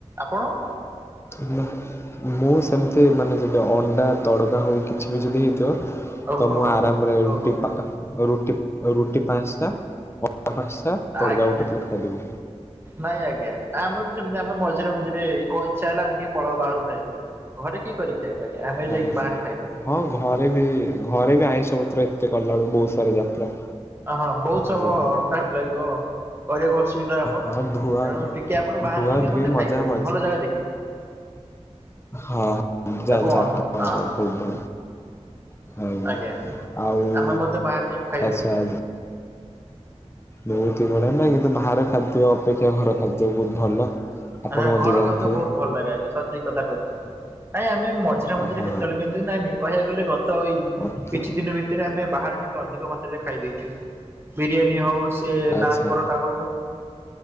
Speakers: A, on the right; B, on the left.
A: ଆପଣ?
B: <inaudible> ମୁଁ ସେମତି ମାନେ ଯଦି ଅଣ୍ଡା ତଡ଼କା ହୋଉ କିଛି ବି ଯଦି ହେଇଥିବ
A: ଓହୋ
B: ତ ମୁଁ
A: ହୋ
B: ଆରାମରେ ରୁଟି
A: ଓହୋ
B: ପା ରୁଟି ରୁଟି ପାଞ୍ଚଟା <unintelligible> ପାଞ୍ଚଟା ତଡ଼କା
A: ଆଜ୍ଞା
B: ଗୋଟେ ପ୍ଲେଟ୍ ଖାଇଦେବି
A: ନାଇଁ ଆଜ୍ଞା ଆମେ ବି ଯେମତି ଆମେ ମଝିରେ ମଝିରେ ଏଇ କଣ ଇଚ୍ଛା ହେଲା ଆମେ ଟିକେ ପଳୋଉ ବାହାରକୂ ଖାଇବାକୁ ଘରେ କିଏ କରିକି ଆମେ
B: ଆ,
A: ଯାଇକି ବାହାର ଖାଇ
B: ହଁ ଘରେ ବି ଘରେ ବି ଆଇଁଷ ପତ୍ର ଏତେ କରିଲା ବେଳୁକୁ ବୋହୁତ ସାରା ଯାତ୍ରା।
A: ଆହଁ ବୋହୁତ
B: ବୁଝିଲେ।
A: ସମୟ ଟାଇମ ଲାଗିବ। କରିବାକୁ ଅସୁବିଧା ହବ ତେଣୁ
B: ହଁ ଧୁଆ
A: ଟିକେ ଆପଣ ବାହାରେ
B: ଧୁଆ
A: ଯାଇକି
B: ଧୁଇ
A: ମଧ୍ୟ
B: ମଜା
A: ଖାଇପାରିବେ
B: ମଜି
A: ଭଲ ଜାଗା ଦେଖିକି।
B: ହଁ <unintelligible> ଜାଣିଚି
A: ତାକୁ ଅନ୍
B: ଆପଣଙ୍କ
A: ହଁ
B: ପରି ବୋହୁତ। <unintelligible> ଆଉ
A: ଆଜ୍ଞା
B: <unintelligible> ଆଉ
A: ଆମେ ମଧ୍ୟ ବାହାରେ ଯାଇ ଖାଇଦଉ।
B: ଆଚ୍ଛା ବୋହୁତୁ ବଡା ନାଇଁ କିନ୍ତୁ ବାହାର ଖାଦ୍ୟ ଅପେକ୍ଷା ଘର ଖାଦ୍ୟ ବୋହୁତ ଭଲ। ଆପଣ
A: ଆହାଁ
B: ମଧ୍ୟ
A: ଘର
B: ଜାଣିଥିବେ
A: ଖାଦ୍ୟ ତ ବୋହୁତ ଭଲ ଲାଗେ ଆଜ୍ଞା ସଠିକ କଥା କହିଚନ୍ତି ଆପଣ ନାଇଁ ଆମେ ମଝିରେ ମଝିରେ
B: ହଁ
A: କେତେବେଳେ କେମତି ନାଇଁ ନାଇଁ କହିବାକୁ ଗଲେ ଗତ ଏଇ
B: ଓକେ
A: କିଛି ଦିନି ଭିତରେ ଆମେ ବାହାରେ ଟିକେ ଅଧିକ ମାତ୍ରାରେ ଖାଇ ଦେଇଚୁ ବିରିୟାନୀ ହୋଉ ସିଏ
B: ଆଚ୍ଛା।
A: ନାନ୍ ପରଟା ହୋଉ